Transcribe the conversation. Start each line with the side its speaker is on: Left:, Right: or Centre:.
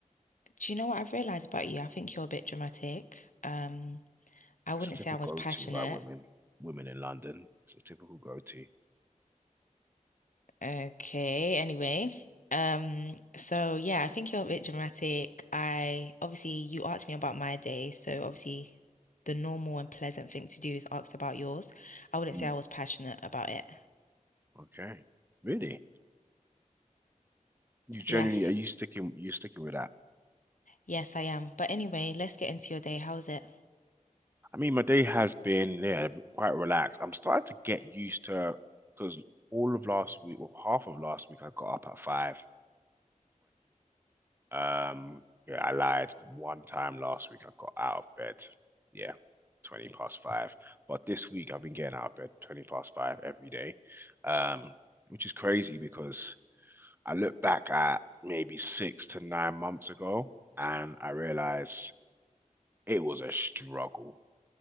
Left: do you know what I've realized about you? I think you're a bit dramatic. Um, I
Right: it's
Left: wouldn't
Right: a typical
Left: say I was
Right: go-to
Left: passionate.
Right: by women, women in London. It's a typical go-to.
Left: Okay, anyway. Um, so yeah, I think you're a bit dramatic. I obviously you asked me about my day, so obviously the normal and pleasant thing to do is ask about yours. I wouldn't
Right: Mm.
Left: say I was passionate about it.
Right: Okay. Really? You generally
Left: Yes,
Right: are you sticking you are sticking with that?
Left: yes, I am. But anyway, let's get into your day. How was it?
Right: I mean, my day has been yeah, quite relaxed. I'm starting to get used to because all of last week, well, half of last week, I got up at 5:20 Um, yeah, I lied one time last week. I got out of bed. Yeah, 20 past five. But this week I've been getting out of bed 20 past five every day. Um, which is crazy because I look back at maybe six to nine months ago and I realize it was a struggle